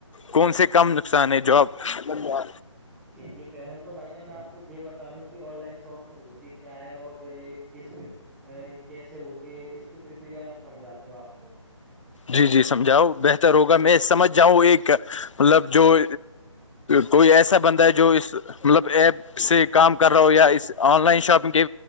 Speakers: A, on the left; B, in the centre.
A: کون سے کم نقصان ہے جاب مطلب وہ
B: جی جی پہلے تو بھائی جان آپ کو یہ بتا دوں کہ آن لائن شاپنگ ہوتی کیا ہے اور کس کیسے ہوتی ہے اس کی پرکریا سمجھا دوں آپ کو
A: جی جی سمجھاؤ بہتر ہوگا
B: تو
A: میں سمجھ جاؤں ایک مطلب جو کوئی ایسا بندہ ہے جو اس مطلب ایپ سے کام کر رہا ہوں یا آن لائن شاپنگ کے